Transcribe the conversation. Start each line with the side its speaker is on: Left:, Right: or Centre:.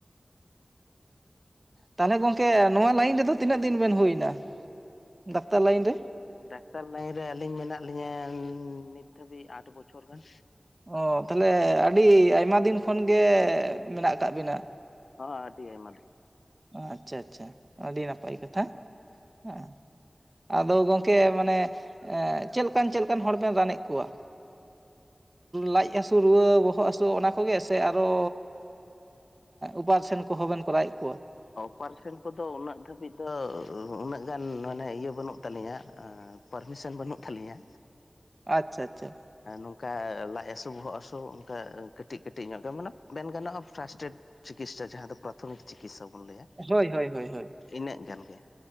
Right: ᱛᱟᱦᱚᱞᱮ ᱜᱚᱝᱠᱮ ᱱᱚᱣᱟ ᱞᱟᱭᱤᱱ ᱨᱮᱫᱚ ᱛᱤᱱᱟᱹᱜ ᱫᱤᱱ ᱵᱮᱱ ᱦᱩᱭ ᱮᱱᱟ? ᱰᱟᱠᱛᱟᱨ ᱞᱟᱹᱭᱤᱱ ᱨᱮ?
Left: ᱰᱟᱠᱛᱟᱨ ᱞᱟᱭᱤᱱ ᱨᱮ ᱟᱹᱞᱤᱧ ᱢᱮᱱᱟᱜ ᱞᱤᱧᱟᱹ ᱱᱤᱛ ᱫᱷᱟᱹᱵᱤᱡ ᱟᱴ ᱵᱚᱪᱷᱚᱨ ᱜᱟᱱ
Right: ᱚ ᱛᱟᱦᱚᱞᱮ ᱟᱹᱰᱤ ᱟᱭᱢᱟ ᱫᱤᱱ ᱠᱷᱚᱱ ᱜᱮ ᱢᱮᱱᱟᱜ ᱟᱠᱟᱜ ᱵᱤᱱᱟ
Left: ᱦᱚᱸ ᱟᱰᱤᱜᱮ ᱟᱭᱢᱟ
Right: ᱟᱪᱪᱷᱟ ᱟᱪᱪᱷᱟ ᱟᱹᱰᱤ ᱱᱟᱯᱟᱭ ᱠᱟᱛᱷᱟ ᱦᱮᱸ ᱟᱫᱚ ᱜᱚᱢᱠᱮ ᱢᱟᱱᱮ ᱪᱮᱫ ᱞᱮᱠᱟᱱ ᱪᱮᱫ ᱞᱮᱠᱟᱱ ᱦᱚᱲ ᱵᱮᱱ ᱨᱟᱱ ᱮᱫ ᱠᱚᱣᱟ? ᱞᱟᱡ ᱦᱟᱹᱥᱩ ᱨᱩᱣᱟᱹ ᱵᱚᱦᱚᱜ ᱦᱟᱹᱥᱩ ᱚᱱᱟ ᱠᱚᱜᱮ ᱥᱮ ᱟᱨᱚ ᱩᱯᱟᱨᱥᱮᱱ ᱠᱚᱦᱚᱸ ᱵᱮᱱ ᱠᱚᱨᱟᱣᱮᱫ ᱠᱚᱣᱟ
Left: ᱚᱯᱟᱨᱥᱮᱱ ᱠᱚᱫᱚ ᱩᱱᱟᱹᱜ ᱫᱷᱟᱹᱵᱤᱡ ᱫᱚ ᱩᱱᱟᱹᱜ ᱜᱟᱱ ᱢᱟᱱᱮ ᱤᱭᱟᱹ ᱵᱟᱹᱱᱩᱜ ᱛᱟᱹᱞᱤᱧᱟ ᱯᱟᱨᱢᱤᱥᱮᱱ ᱵᱟᱹᱱᱩᱜ ᱛᱟᱹᱞᱤᱧᱟ
Right: ᱟᱪᱪᱷᱟ ᱟᱪᱪᱷᱟ
Left: ᱱᱚᱝᱠᱟ ᱞᱟᱡ ᱦᱥᱩ ᱵᱚᱦᱚᱜ ᱦᱟᱹᱥᱩ ᱝᱠᱟ ᱠᱟᱹᱴᱤᱡ ᱠᱟᱹᱴᱤᱡ ᱧᱚᱜ ᱜᱮ ᱢᱟᱱᱮ ᱢᱮᱱ ᱜᱟᱱᱚᱜᱼᱟ ᱯᱷᱟᱥᱴᱮᱰ ᱪᱤᱠᱤᱛᱥᱟ ᱡᱟᱦᱟᱸ ᱫᱚ ᱯᱨᱟᱛᱷᱚᱢᱤᱠ ᱪᱤᱠᱤᱛᱥᱟ ᱵᱚᱱ ᱞᱟᱹᱭᱟ
Right: ᱦᱳᱭ ᱦᱳᱭ ᱦᱳᱭ ᱦᱳᱭ
Left: ᱤᱱᱟᱹᱜ ᱜᱟᱱ ᱜᱮ